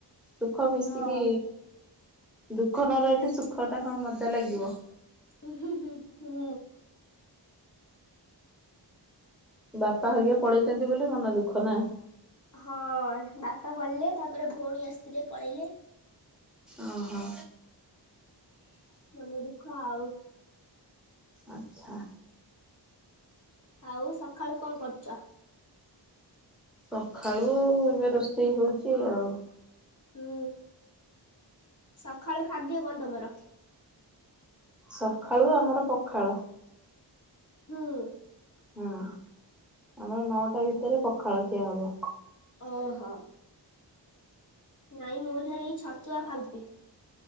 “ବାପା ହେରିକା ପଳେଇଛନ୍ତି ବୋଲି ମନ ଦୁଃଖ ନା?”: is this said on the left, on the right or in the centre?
Centre